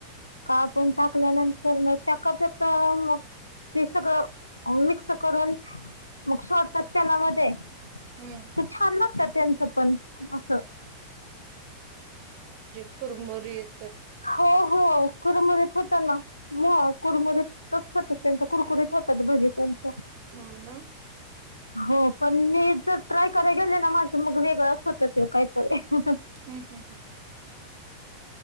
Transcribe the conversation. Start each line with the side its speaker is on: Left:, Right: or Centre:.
Left: कापून टाकल्यानंतर मग त्या क मग ते सगळं मिक्स करून मग सोडतात त्यालामध्ये
Right: हं
Left: त छान ला सत्यानचं पण असं
Right: कुरबरीत
Left: हो हो कुरमुरत होत ना ना कुरमुुरीतच होतात त्यांच्या कुरकुरीत होतात भजी त्यांच
Right: होला
Left: हो पण मी तर ट्राय कराय गेलले ना माझं मग वेगळं होत ते कायतर
Right: हम्म हम्म हम्म.